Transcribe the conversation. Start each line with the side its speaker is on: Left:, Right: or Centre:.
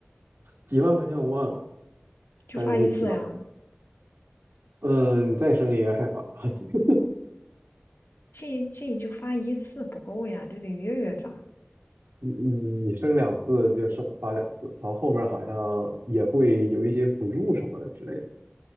Right: 几万块钱我忘了，
Left: 就发一次呀？
Right: 反正是几万。嗯，你再生一个还发，<laughs>
Left: 这这就发一次不够呀，这得月月发。
Right: 你你你生两次就生发两次，然后后面好像也会有一些补助什么的之类的，